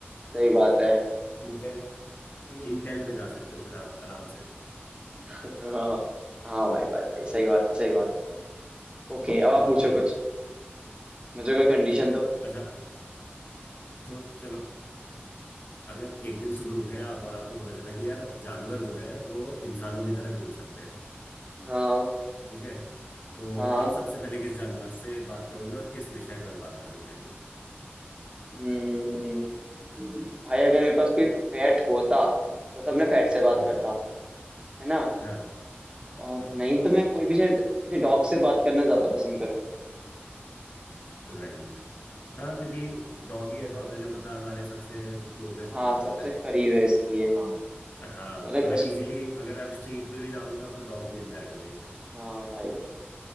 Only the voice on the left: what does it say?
इंटेल इंटेल में जा सकते हो फिर आप आराम से
है
ना
अच्छा तो चलो अगर एक दिन सुबह उठे आप और आपको पता चला कि यार जानवर जो है वो इंसानों की तरह बोल सकते हैं
ठीक है तो
आप सबसे पहले किस जानवर से बात करोगे और किस विषय पर बात करोगे
हाँ
हाँ
हाँ
हाँ
राइट हाँ क्योंकि डॉग ही ऐसा होता है जो मतलब हमारे सबसे क्लोजेस्ट
हो सकता
है
हाँ
मतलब
इजीली अगर आप स्ट्रीट पे भी जाओगे तो आपको डॉग मिल जाएगा एक